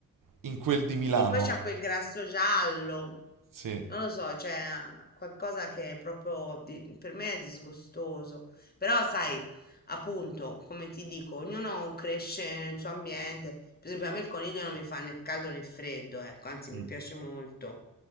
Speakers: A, on the right (about 70°); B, on the left (about 25°).
A: In quel di Milano.
B: Sì, poi c'ha quel grasso giallo.
A: Sì.
B: Non lo so, cioè qualcosa che è proprio di- per me è disgustoso, però sai, appunto, come ti dico, ognuno cresce nel suo ambiente. Per esempio, a me il coniglio non mi fa né caldo né freddo, ecco, anzi mi
A: Mm.
B: piace molto.